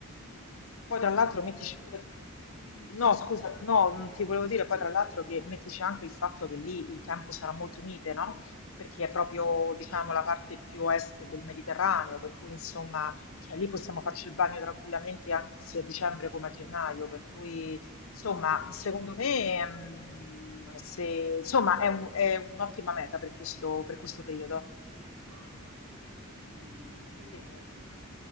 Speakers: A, on the left (about 70°); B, on the right (about 65°).
A: Poi
B: ci organi-
A: tra l'altro mettici
B: eh, dimmi,
A: pure,
B: dimmi, dimmi.
A: no scusa, no, mm, ti volevo dire poi tra l'altro che mettici anche il fatto che lì il tempo sarà molto mite, no? Perché è proprio, diciamo, la parte più est del Mediterraneo, per cui insomma, cioè, lì possiamo farci il bagno tranquillamente anche sia a dicembre come a gennaio, per cui
B: Mm,
A: insomma, secondo me, mm, se, insomma, è un- è un'ottima meta per questo, per questo
B: mm.
A: periodo.
B: E t- ah, a proposito, il fatto dei, dei bagagli,
A: De-